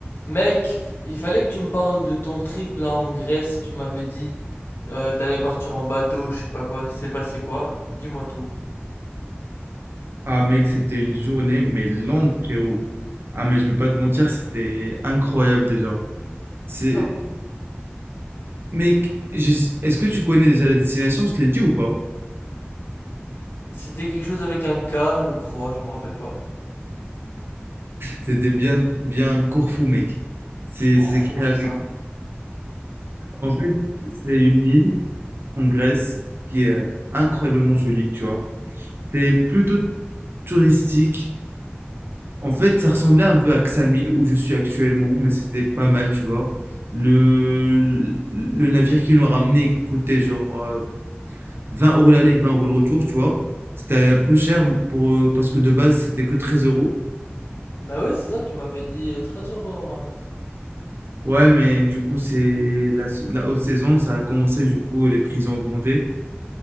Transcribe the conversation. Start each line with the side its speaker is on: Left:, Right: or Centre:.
Left: Mec, il fallait que tu me parles de ton trip là en Grèce. Tu m'avais dit euh, t'allais partir en bateau, je sais pas quoi. Il s'est passé quoi? Dis-moi tout.
Right: Ah mec, c'était une journée, mais longue, frérot. Ah mais je peux pas te mentir, c'était incroyable déjà. C'est...
Left: Ah bon,
Right: Mec, je- est-ce que tu connais déjà la destination? Je te l'ai dit ou pas?
Left: C'était quelque chose avec un K, je crois, je me rappelle pas.
Right: C'était bien, bien Corfou, mec. C'est
Left: Corfou,
Right: c'est écrit avec-
Left: c'est ça.
Right: En fait, c'est une île en Grèce qui est incroyablement jolie, tu vois. C'est plutôt touristique. En fait, ça ressemblait un peu à Xamil, où je suis actuellement, mais c'était pas mal, tu vois. Le, le navire qui nous a ramené coûtait genre euh, 20 euros l'aller, 20 euros le retour, tu vois. C'était un peu cher pour, euh, parce que de base, c'était que 13 euros.
Left: Bah oui, c'est ça, tu m'avais dit euh, 13 euros normalement.
Right: Ouais, mais du coup, c'est la, la haute saison, ça a commencé, du coup, les prix ont augmenté.